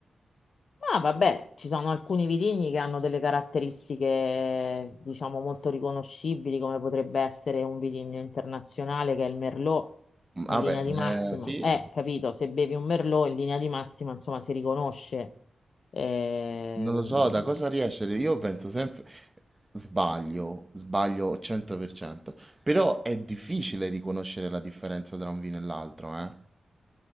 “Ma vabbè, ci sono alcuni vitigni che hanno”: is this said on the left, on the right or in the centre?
Left